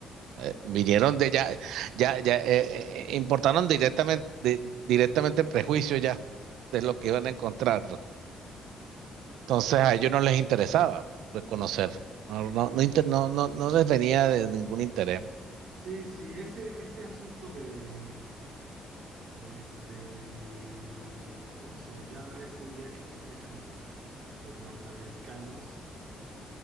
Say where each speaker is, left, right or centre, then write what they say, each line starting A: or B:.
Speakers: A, on the right; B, on the right.
A: eh, vinieron de ya, ya, ya, eh, eh, importaron directamente, de- directamente el prejuicio ya de lo que iban a encontrar. pues. Entonces a ellos no les interesaba reconocer. No, no, no, inter- no, no, no les venía de ningún interés.
B: Sí, sí, ese, ese asunto de, de este, ¿cómo se le llama este día que festejan los, los norteamericanos?